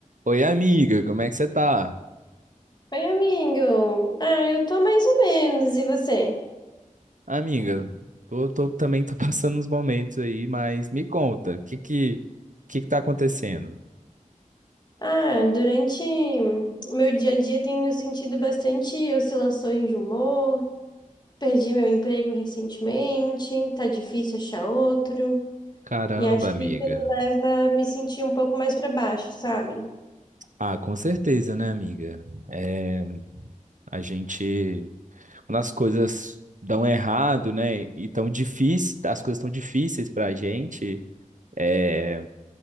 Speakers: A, on the right (about 65°); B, on the left (about 30°).
A: Oi, amiga, como é que você tá?
B: Oi, amigo. Ah, eu tô mais ou menos. E você?
A: Amiga, tô, tô- também tô <laughs> passando uns momentos aí, mas me conta, o que que, que que tá acontecendo?
B: Ah, durante o meu dia a dia tenho sentido bastante oscilações de humor. Perdi meu emprego recentemente, tá difícil achar outro.
A: Caramba,
B: E acho que
A: amiga.
B: tudo leva a me sentir um pouco mais pra baixo, sabe?
A: Ah, com certeza, né, amiga? É, a gente, quando as coisas dão errado, né, e tão difícil, as coisas tão difíceis pra gente, é,